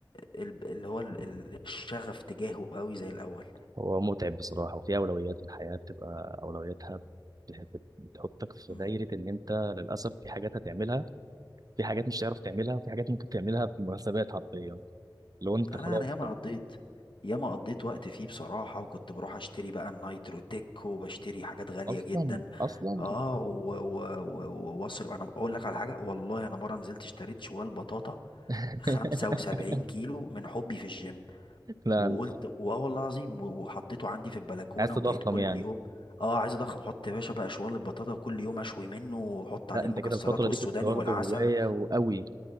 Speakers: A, on the left; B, on the right.
A: ال- اللي هو ال- ال- الشغف تجاهه قوي زي الاول
B: هو متعب بصراحة وفي أولويات في الحياة بتبقى أولوياتها بت- بتحطك في
A: مم.
B: دايرة إن أنت للأسف في حاجات هتعملها في حاجات مش هتعرف تعملها وفي حاجات ممكن تعملها في المناسبات حرفيا لو أنت
A: انا
B: خلاص
A: انا ياما
B: ف-
A: قضيت ياما قضيت وقت فيه بصراحة وكنت بروح اشتري بقى النايترو تيك وبشتري حاجات غالية
B: أصلا
A: جدا
B: أصلا
A: اه و- و- و- واصرف انا اقول لك على حاجة والله انا مرة نزلت اشتريت شوال بطاطا
B: <laughs>
A: 75 كيلو من حبي في الجيم
B: لا
A: وقلت واه والله العظيم و- وحطيته عندي في البلكونة
B: عايز تضخم
A: وبقيت كل
B: يعني
A: يوم اه عايز اضخم حط يا باشا بقى شوال البطاطا وكل يوم اشوي منه واحط عليه
B: لا أنت
A: المكسرات
B: كده الفترة
A: والسوداني
B: دي كنت واخده
A: والعسل
B: هواية وقوي